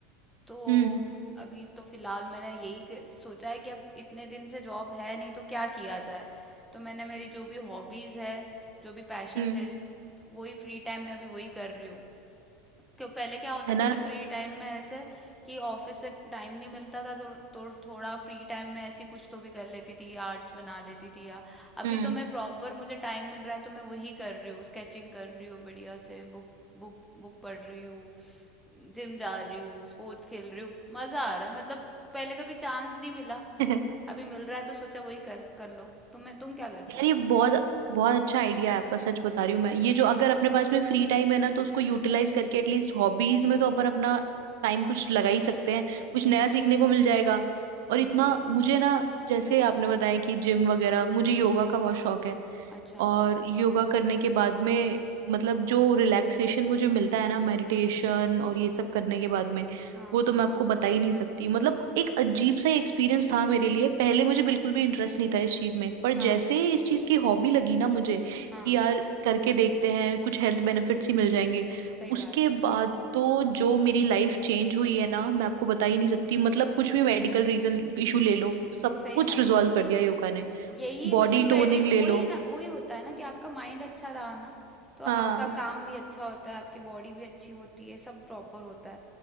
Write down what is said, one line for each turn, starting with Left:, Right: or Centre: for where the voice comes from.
Centre: तो
Right: हम्म
Centre: अभी तो फिलहाल मैंने यही क- सोचा है कि अब इतने दिन से जॉब है नहीं तो क्या किया जाए तो मैंने मेरी जो भी हॉबीज है जो भी पैशंस
Right: हम्म
Centre: है वही फ्री टाइम में अभी वही कर रही हूँ क्यों पहले क्या होता
Right: है
Centre: था
Right: ना
Centre: कि फ्री टाइम में ऐसे कि ऑफिस से टाइम नहीं मिलता था तो, तो थोड़ा फ्री टाइम में ऐसी कुछ तो भी कर लेती थी आर्ट्स बना लेती थी या अभी
Right: हम्म
Centre: तो मैं प्रॉपर मुझे टाइम मिल रहा है तो मैं वही कर रही हूँ स्केचिंग कर रही हूँ बढ़िया से बुक बुक बुक पढ़ रही हूँ जिम जा रही हूँ स्पोर्ट्स खेल रही हूँ मजा आ रहा है मतलब पहले कभी चांस नहीं मिला
Right: <laughs>
Centre: अभी मिल रहा है तो सोचा वही कर कर लो तुम्हें तुम क्या कर रही
Right: यार
Centre: हो आजकल
Right: ये बहुत बहुत अच्छा आइडिया है आपका सच बता रही हूँ मैं ये जो अगर अपने पास में फ्री टाइम है ना तो उसको यूटिलाइज करके एटलीस्ट हॉबीज में तो अपन अपना टाइम कुछ लगा ही सकते हैं कुछ
Centre: वही
Right: नया सीखने को मिल जाएगा
Centre: वही
Right: और इतना मुझे ना जैसे आपने बताया कि जिम वगैरह मुझे योगा का बहुत शौक है
Centre: अच्छा
Right: और योगा करने के बाद में मतलब जो रिलैक्सेशन मुझे मिलता है ना मेडिटेशन और ये सब करने के बाद में
Centre: हाँ
Right: वो तो मैं आपको बता ही नहीं सकती मतलब एक अजीब सा एक्सपीरियंस था मेरे लिए पहले मुझे बिल्कुल भी इंटरेस्ट नहीं था इस चीज में पर
Centre: हाँ
Right: जैसे ही इस चीज की हॉबी लगी ना मुझे
Centre: हाँ
Right: कि यार करके देखते हैं कुछ हेल्थ बेनिफिट्स ही मिल जाएंगे
Centre: सही
Right: उसके
Centre: बात है
Right: बाद तो जो मेरी लाइफ चेंज हुई है ना मैं आपको बता ही नहीं सकती मतलब कुछ भी मेडिकल रीजन इशू ले लो सब
Centre: सही
Right: कुछ
Centre: बात
Right: रिजॉल्व
Centre: है
Right: कर दिया योगा ने
Centre: यही
Right: बॉडी
Centre: मतलब मेडिट
Right: टोनिंग ले
Centre: वही
Right: लो
Centre: ना वही होता है ना कि आपका माइंड अच्छा रहा ना तो आपका
Right: हाँ
Centre: काम भी अच्छा होता है आपकी बॉडी भी अच्छी होती है सब प्रॉपर होता है